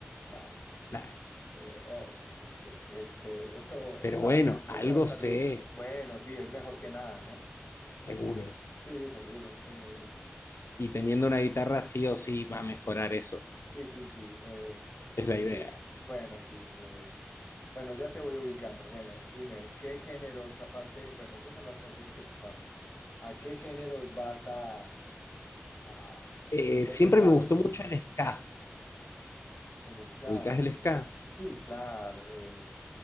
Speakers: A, on the left (about 45°); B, on the left (about 80°).
A: Claro.
B: claro.
A: Eh, ok, ok. Este, esto
B: Pero
A: está,
B: bueno, algo
A: esto va a estar,
B: sé,
A: dif- bueno, sí, es mejor que nada, ¿no?
B: seguro.
A: Sí, seguro. Eh,
B: Y teniendo una guitarra sí o sí va a mejorar eso.
A: Sí, sí, sí. eh,
B: Es la
A: eh,
B: idea.
A: bueno, sí. eh, bueno, ya te voy ubicando. Bueno, dime, ¿qué géneros, aparte, bueno, esas son las canciones que tú sabes. ¿A qué géneros vas a, a
B: Eh,
A: interpretaros?
B: siempre me gustó mucho el ska.
A: El ska.
B: ¿Ubicás el ska?
A: Sí, claro. eh,